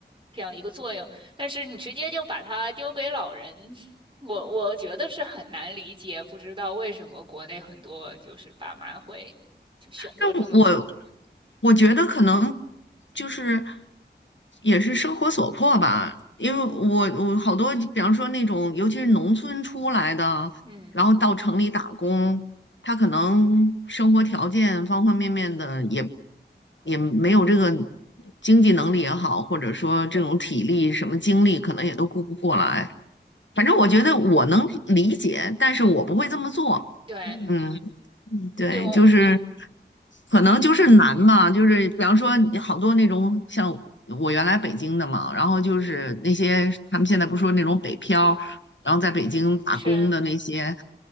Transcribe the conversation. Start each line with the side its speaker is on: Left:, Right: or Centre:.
Right: 这样一个作用，但是你直接就把它丢给老人，<laughs> 我我觉得是很难理解，不知道为什么国内很多就是爸妈会就选择这么做。
Left: 但我我觉得可能就是也是生活所迫吧，因为我我好多，比方说那种尤其是农村出来的，
Right: 嗯，
Left: 然后到城里打工，他可能生活条件方方面面的也也没有这个经济能力也好，或者说这种体力什么精力，可能也都顾不过来。反正我觉得我能理解，但是我不会这么做。
Right: 对，
Left: 嗯。嗯，对，
Right: 会我，
Left: 就是可能就是难嘛，就是比方说你好多那种像我原来北京的嘛，然后就是那些他们现在不是说那种北漂，
Right: 嗯，
Left: 然后在北京打工的那些
Right: 是，